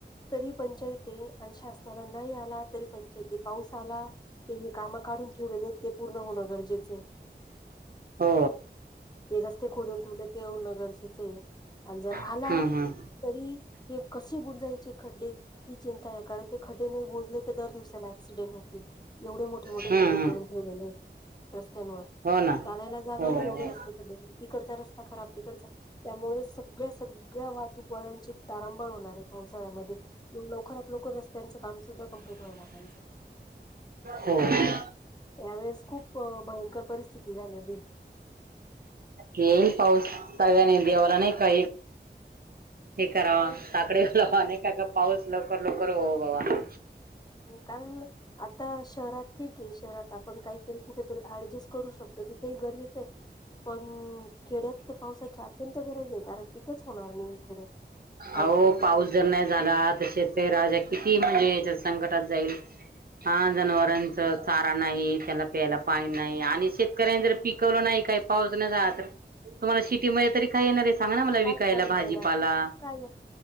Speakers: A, on the left; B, on the right.
A: तरी पंचाईत ये आणि शासनाला नाही आला तरी पंचाईत पाऊस आला तेही काम काढून ठेवलेले ते पूर्ण होणं गरजेचं आहे
B: हो
A: ते रस्ते खोदून ठेवले ते होणं गरजेचं आहे आणि जर आला
B: हम्म हम्म
A: ही कशे बुंजायचे खड्डे ही चिंता कारण ते खड्डे? तर दर दिवसाला ऍक्सिडेंट होतील एवढे मोठे मोठे
B: हम्म
A: खड्डे
B: हम्म
A: करून ठेवलेले ये रस्त्यांवर
B: हो ना
A: चालायला जागा
B: हो
A: आणि
B: हो
A: एवढे रस्तेकडडे इकडचा रस्ता खराब तिकडचा त्यामुळे सगळ्या सगळ्या वाहतूक पोरांची तारांबळ होणार आहे पावसाळ्यामध्ये, लवकरात लवकर रस्त्यांच काम सुद्धा कंप्लीट व्हायला पाहिजे.
B: हो हो.
A: यावेेळेस खूप भयंकर परिस्थिती झालेली.
B: येईन पाऊस सगळ्यानी देवाला नाही का हे कराव साकडे घलावा नाही का का पाऊस लवकर लवकर हो बाबा.
A: कारण आता शहरात ठीक आहे शहरात आपण काहीतरी कुठेतरी ऍडजस्ट करू शकतो तिथेही गरजेचं आहे पण खेड्यात तर पावसाची अत्यंत गरज आहे कारण पिकच होणार नाही खेड्यात
B: आहो
A: नाही आला
B: पाऊस
A: तर
B: जर नाही झाला तर शेतकरी राजा किती म्हणजे? संकटात जाईल हा जनावरांच चारा नाही त्याना प्यायला पाणी नाही आणि शेतकऱ्यांनी जर पिकवलं नाही काही पाऊस न झा तर तुम्हाला शिटीमध्येध्ये तरी काय येणार आहे सांग ना मला
A: काय
B: विकायला
A: खायला
B: भाजीपाला
A: मिळणार काय